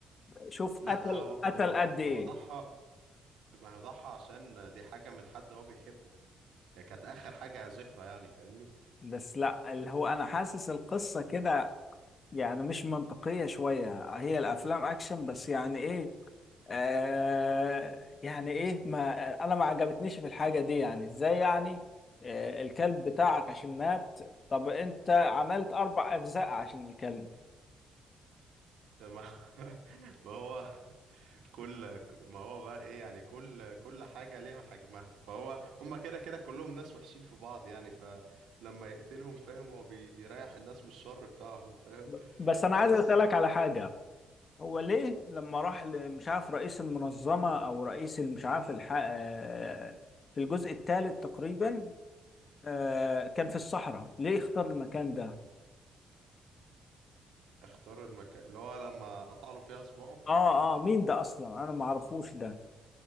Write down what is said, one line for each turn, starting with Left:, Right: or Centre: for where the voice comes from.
Left: شوف قتل
Right: لا هو
Left: قتل
Right: هو
Left: قد ايه
Right: هو ضحى ده- ما هو ضحى عشان دي حاجة من حد هو بيحبه هي كانت آخر حاجة ذكرى يعني فاهمني
Left: بس لا اللي هو أنا حاسس القصة كده يعني مش منطقية شوية هي الأفلام أكشن بس يعني إيه آه يعني إيه ما أنا ما عجبتنيش في الحاجة دي يعني إزاي يعني آه الكلب بتاعك عشان مات طب أنت عملت أربع أجزاء عشان الكلب
Right: ما <laughs> ما هو كل ما هو بقى إيه يعني كل كل حاجة ليها حجمها فهو هما كده كده كلهم ناس وحشين في بعض يعني فلما يقتلهم فاهم هو بي بيريح الناس من الشر بتاعهم فاهم
Left: ب- بس أنا عايز
Right: بس
Left: أسألك على حاجة هو ليه لما راح ل- مش عارف رئيس المنظمة أو رئيس ال- مش عارف الح... آه في الجزء الثالث تقريبا آه كان في الصحراء ليه اختار المكان ده
Right: اختار المكان اللي هو لما قطع له فيها صباعه
Left: اه اه مين ده اصلا انا ما اعرفوش ده